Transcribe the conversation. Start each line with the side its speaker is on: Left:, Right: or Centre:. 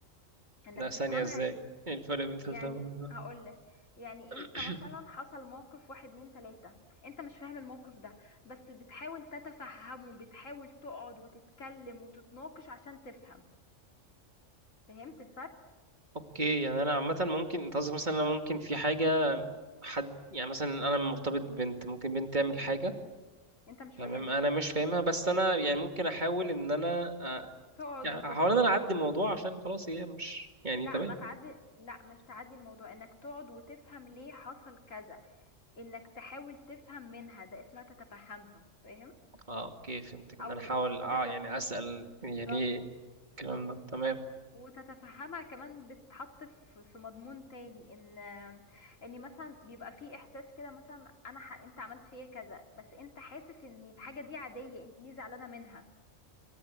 Left: انك
Right: لا ثانية
Left: تفهمها
Right: ازاي
Left: د-
Right: ايه الفرق بين تالتة
Left: يعني
Right: ورابعة
Left: هقولك يعني
Right: <clears throat>
Left: انت مثلا حصل موقف واحد اتنين تلاتة انت مش فاهم الموقف ده بس بتحاول تتفهمه بتحاول تقعد وتتكلم وتتناقش عشان تفهم فهمت الفرق
Right: اوكي يعني انا عامة ممكن انت قصدك مثلا انا ممكن في حاجة حد يعني مثلا انا مرتبط ببنت ممكن بنت تعمل حاجة
Left: انت مش
Right: تمام
Left: فاهمها
Right: انا مش فاهمها بس انا يعني ممكن احاول ان انا آه،
Left: تقعد
Right: يعني
Left: وتفهم
Right: احاول ان انا اعدي الموضوع عشان خلاص هي مش يعني
Left: لا
Right: تمام
Left: ما تعدي لا مش تعدي الموضوع انك تقعد وتفهم ليه حصل كذا انك تحاول تفهم منها ده اسمها تتفهمها فاهم
Right: اه اوكي فهمتك ان
Left: او
Right: انا احاول
Left: وتت...
Right: اه يعني اسأل هي
Left: بالظبط
Right: ليه الكلام ده تمام
Left: وتتفهمها كمان بتتحط في في مضمون تاني ان ان مثلا بيبقى في احساس كده مثلا انا ح... انت عملت فيا كذا بس انت حاسس ان الحاجة دي عادية انت ليه زعلانة منها